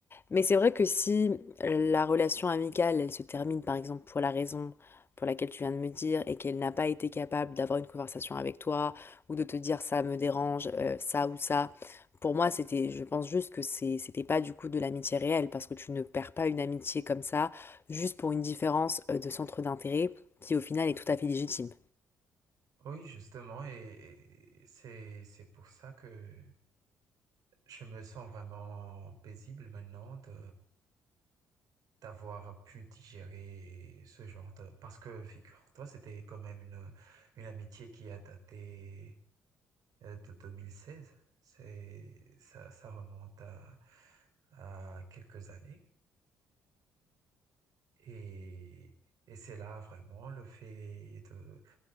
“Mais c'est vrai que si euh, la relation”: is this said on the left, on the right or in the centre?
Left